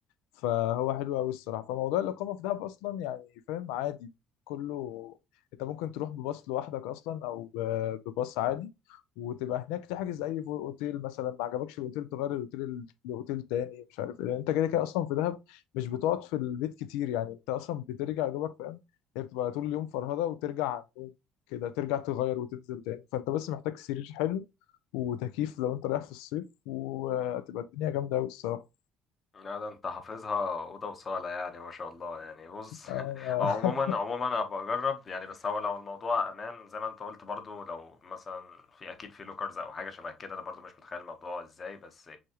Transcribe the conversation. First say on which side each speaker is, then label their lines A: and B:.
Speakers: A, on the left (about 85°); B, on the left (about 30°).
A: فهو حلو قوي الصراحه فموضوع الاقامه في دهب اصلا يعني فاهم عادي كله انت ممكن تروح بباص لوحدك اصلا او ب- بباص عادي وتبقى هناك تحجز اي فو- اوتيل مثلا ما عجبكش الاوتيل تغير الاوتيل ال- لاوتيل تاني مش عارف ايه انت كده كده اصلا في دهب مش بتقعد في البيت كتير يعني انت اصلا بترجع يا دوبك فاهم هي بتبقى طول اليوم فرهده وترجع على النوم كده ترجع تغير وتنزل تاني فانت بس محتاج سرير حلو وتكييف لو انت رايح في الصيف وهتبقى الدنيا جامده قوي الصراحه
B: لا ده انت حافظها اوضه وصاله يعني ما شاء الله يعني بص
A: <laughs>
B: <laughs> هو عموما عموما انا بجرب يعني بس هو لو الموضوع امان زي ما انت قلت برضو لو مثلا في اكيد في لوكرز او حاجه شبه كده انا برضو مش متخيل الموضوع ازاي بس